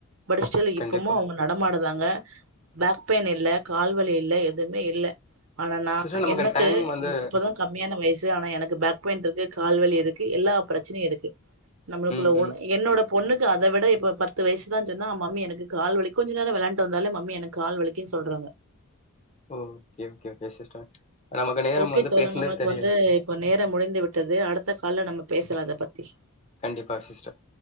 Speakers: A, on the right (about 65°); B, on the left (about 30°).
A: பட் ஸ்டில்
B: கண்டிப்பா
A: இப்பமு அவங்க நடமாடுதாங் க பேக் பெயின் இல்ல, கால்வலி இல்ல எதுமே இல்ல ஆனா நா
B: சிஸ்டர் நமக்கு
A: எனக்கு
B: டைம் வந்து
A: இப்பதா கம்மியான வயசு து ஆனா எனக்கு பேக் பெயின் இருக்கு கால்வலி இருக் கு எல்லா பிரச்சனையு இருக்கு நம்மளுக்குள்ள
B: ம்
A: ஒட
B: ம்
A: என்னோட பொண்ணுக்கு அத விட இப்ப பத்து வயசுதா சொன்னா மம்மி எனக்கு கால் வலி கொஞ்ச நேரம் விளயாண்டு வந்தாலே மம்மி எனக்கு கால் வலிக்கினு சொல்றாங்க
B: ஓகே ஓகே ஓகே சிஸ்டர் நமக்கு நேரம்
A: ஓகே
B: வந்து
A: தோழா
B: பேசுனதே
A: நம்மளுக்கு
B: தெரியல
A: வந்து இப்ப நேரம் முடிந்து விட்டது அடுத்த கால்ல நம்ம பேசலா இத பத்தி
B: கண்டிப்பா சிஸ்டர்